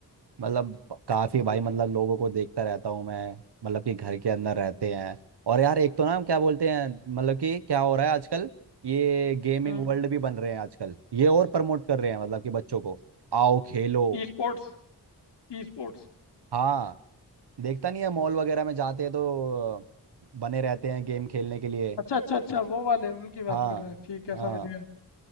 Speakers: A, on the right (about 75°); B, on the left (about 80°).
A: मतलब काफी भाई मतलब लोगों को देखता रहता हूँ मैं मतलब कि घर के अंदर रहते हैं और यार एक तो ना क्या बोलते हैं मतलब कि क्या हो रहा है आजकल ये गेमिंग
B: हम्म
A: वर्ल्ड भी बन रहे हैं आजकल ये और प्रमोट कर रहे हैं मतलब कि बच्चों को आओ खेलो
B: E sports E sports
A: हाँ देखता नहीं है मॉल वगैरह में जाते हैं तो बने रहते हैं गेम खेलने के लिए
B: अच्छा अच्छा अच्छा वो वाले उनकी
A: हाँ
B: बात कर रहा है ठीक है
A: हाँ
B: समझ गया